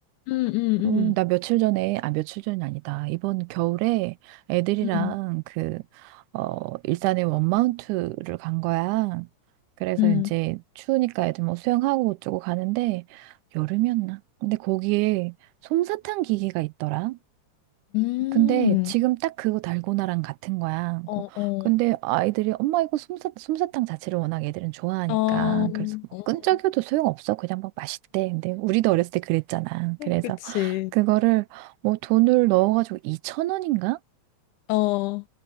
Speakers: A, on the left (about 90°); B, on the right (about 85°).
A: 음, 음, 음,
B: 음, 나 며칠 전에, 아, 며칠 전이 아니다. 이번 겨울에 애들이랑
A: 음,
B: 그, 어, 일산에 원마운트를 간 거야. 그래서
A: 음,
B: 이제 추우니까 애들 뭐 수영하고 어쩌고 가는데, 여름이었나? 근데 거기에 솜사탕 기계가 있더라.
A: 음,
B: 근데 지금 딱 그거 달고나랑 같은 거야.
A: 어,
B: 어,
A: 어,
B: 근데 아이들이 엄마 이거 솜사, 솜사탕 자체를 워낙 애들은 좋아하니까
A: 어, <laughs>
B: 그래서 뭐
A: 어,
B: 끈적여도 소용없어. 그냥 막 맛있대. 근데 우리도 어렸을 때 그랬잖아. 그래서
A: 그치.
B: 그거를 뭐 돈을 넣어가지고 2천 원인가?
A: 어,